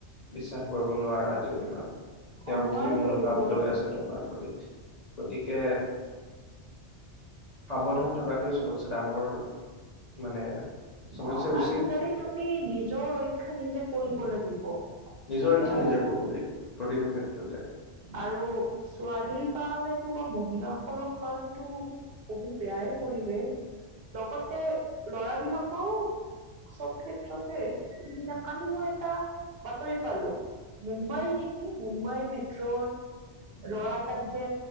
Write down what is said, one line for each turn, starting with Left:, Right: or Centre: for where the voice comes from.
Left: বিশ্বাস কৰিব নোৱাৰা আজিৰ দিনত তেওঁ
Right: অ নোৱাৰি
Left: কি মনোভাৱ
Right: কৰিব
Left: লৈ আছে তোমাৰ প্ৰতি গতিকে সাৱধান থকাটে চবতছেে ডাঙৰ মানে চবতছে
Right: অ
Left: উচিত
Right: আজিকালি তুমি নিজৰ ৰক্ষা নিজে কৰিব লাগিব
Left: নিজৰ
Right: কোনেও
Left: ইিক্ষা নিজে কব লাগিব প্ৰতিটো ক্ষেত্ৰতে
Right: আৰু ছোৱালীৰ কাৰণেতো বা মহিলাসকলৰ কাৰণেতো বহুত বেয়াই পৰিৱেশ লগতে লৰাবলাকৰো সব ক্ষেত্ৰতেদিনা কালি মৰিটা বাতৰি পালো মুম্বাই নেকি মুম্বাই মে লৰাটাক যে